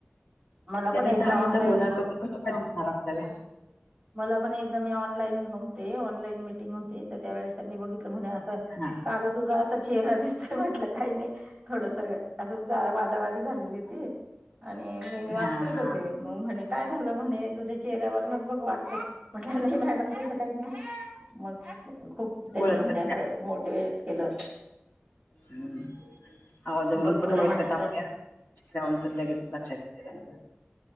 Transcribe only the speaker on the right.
मला
पण एकदा
ऑनलाईन
मला पण एकदा मी ऑनलाईन होते, ऑनलाईन मिटिंग होती, तर त्यावेेळेस त्यांनी बघितलं म्हणे असं
का गं तुझा असा चेहरा दिसतोय, म्हटलं काई नाई. थोडसं, असंच वादावादी झालेली होती, आणि मी अपसेट
होते, मग म्हणे काय झालं म्हणे, तुझ्या चेहऱ्यावरूनच बघ वाट म्हटलं नई मॅडम, तसं काई नई, मग खूप, त्यांनी
म्हणजे असं, मोटिवेट केलं.
बघ
बरं
म्हणे
कसे